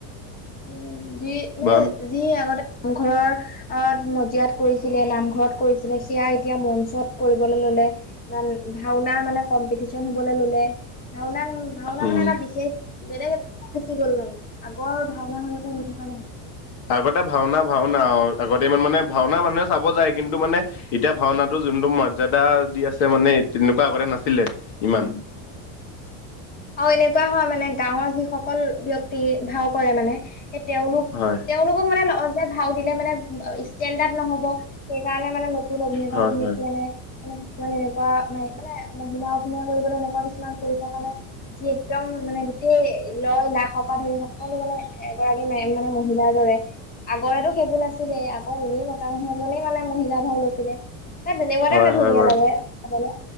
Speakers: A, on the left (about 20°); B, on the left (about 65°).
A: উম, যি মানে
B: ভাওনা
A: যি আগতে নামঘৰৰ অ, মজিয়াত কৰিছিলে, নামঘৰত কৰিছিলে, সেয়া এতিয়া মঞ্চত কৰিবলৈ ল'লে। মান ভাওনাৰ মানে কম্পিটিশন হ'বলৈ ল'লে। ভাওনাক ভাওনা
B: উম
A: মানে এটা বিশেষ বেলেগ এটা গুচি গ'ল মানে। আগৰ ভাওনা সতে হৈ থকা নাই।
B: আগতে ভাওনা- ভাওনা আৰু আগতে ইমান মানে ভাওনা মানুহে চাব যায় কিন্তু মানে এতিয়া ভাওনাটো যোনটো মৰ্যাদা দি আছে মানে, তেনেকুৱা আগতে নাছিলে। ইমান
A: উম আৰু এনেকুৱা হয় মানে, গাঁৱৰ যিসকল ব্যক্তি ভাও কৰে মানে সেই তেওঁলোক-
B: হয়
A: তেওঁ ভাও দিলে মানে ইষ্টেনণ্ডৰ্ড নহব, সেই কাৰণে মানে অভিনেতা-
B: হয়
A: অভিনেত্ৰীয়ে
B: হয়
A: নাই। মানে কিছুমান এনেকুৱা ম মানে মহিলা অভিনয় কৰিবলৈ এনেকুৱা কিছুমান পুৰুষৰ কাৰণে যি একদম মানে গোটেই লয়- লাক পৰা ধৰি সকলো মানে এগৰাকী মানে মহিলাৰ দৰে। আগতেটো সেইবোৰ নাছিলে। আকৌ এনেই মতা মানুহ এজনেই মানে মহিলা ভাও লৈছিলে। তাই তেনেকুৱাতে
B: হয়
A: মানে ধুনীয়া
B: হয় বাৰু
A: লাগে। চাবলৈ